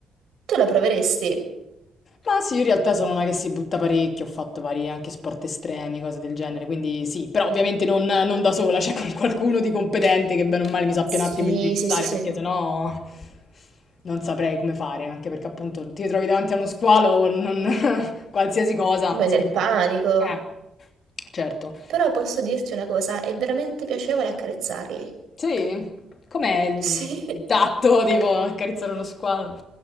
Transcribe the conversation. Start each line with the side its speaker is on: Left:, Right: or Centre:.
Right: Tu la proveresti?
Left: Ma sì, io in realtà sono una che si butta parecchio, ho fatto vari anche sport estremi, cose del genere, quindi sì, però ovviamente non, non da sola, <laughs> c'è con qualcuno di competente che bene o male mi sappia
Right: Sì,
Left: un attimo indirizzare,
Right: sì, sì, sì.
Left: perché sennò non saprei come fare, anche perché appunto ti trovi davanti a uno squalo, non- <laughs> qualsiasi cosa,
Right: Beh,
Left: insomma.
Right: nel panico.
Left: Eh, certo.
Right: Però posso dirti una cosa, è veramente piacevole accarezzarli.
Left: Sì, com'è il
Right: Sì.
Left: tatto, tipo, accarezzare uno squalo?